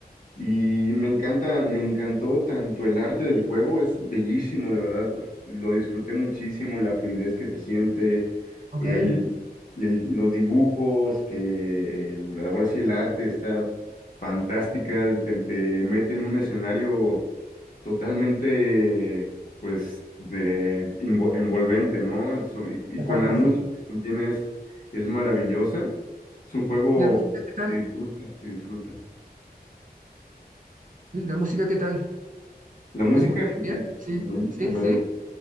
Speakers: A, on the left; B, on the right.
A: Y me encanta, me encantó tanto el arte del juego, es bellísimo, de verdad, lo disfruté muchísimo, la fluidez que se siente,
B: ok,
A: el,
B: de
A: el- los dibujos, que el- ahora sí el arte está fantástica, te, te mete en un escenario totalmente, pues, de, invo- envolvente, ¿no? So- y, y con
B: fantasía.
A: la música también es, es maravillosa, es un juego
B: ¿Y la música qué tal?
A: que disfruta, se disfruta.
B: ¿La música qué tal?
A: La
B: ¿Es
A: música,
B: buena?
A: genial,
B: ¿Bien? Sí,
A: buenísima.
B: sí, sí.
A: eh.